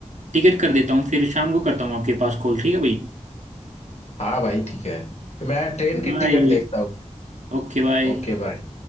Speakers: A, on the right; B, on the left.
A: टिकट कर देता हूँ फिर शाम को करता हूँ आपके पास कॉल ठीक है भाई
B: हाँ भाई ठीक है मैं ट्रेन
A: बाय
B: की टिकट देखता हूँ
A: Okay bye
B: Okay bye